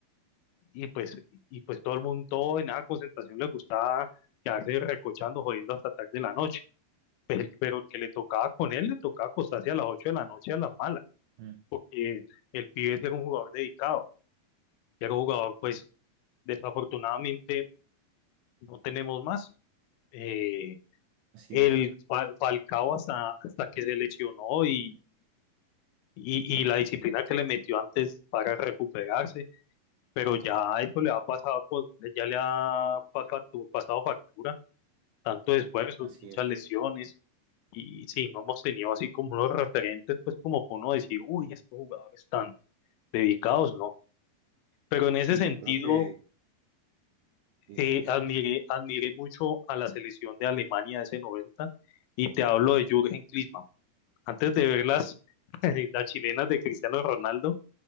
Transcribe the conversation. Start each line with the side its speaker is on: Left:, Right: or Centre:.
Left: Y pues, y pues todo el mundo, todos en esa concentración les gustaba quedarse recochando, jodiendo hasta tarde de la noche. Pero, pero el que le tocaba con él, le tocaba acostarse a las 8 de la noche a las malas.
Right: Mm,
Left: porque el, el pibe era un jugador dedicado, era un jugador, pues, desafortunadamente no tenemos más. Eh,
Right: Así
Left: el
Right: es.
Left: Fal- Falcao hasta, hasta que se lesionó y, y, y la disciplina que le metió antes para recuperarse, pero ya eso le ha pasado, pues, ya le ha pasado, pasado factura, tanto esfuerzos,
Right: Así
Left: muchas
Right: es.
Left: lesiones, y sí, no hemos tenido así como unos referentes, pues como para uno decir, uy, estos jugadores están dedicados, ¿no? Pero en ese
Right: Sí,
Left: sentido,
Right: yo creo que... Dime,
Left: eh,
Right: dime.
Left: admiré, admiré mucho a la selección de Alemania de ese 90 y te hablo de Jürgen Klinsmann. Antes de ver las, <laughs> las chilenas de Cristiano Ronaldo,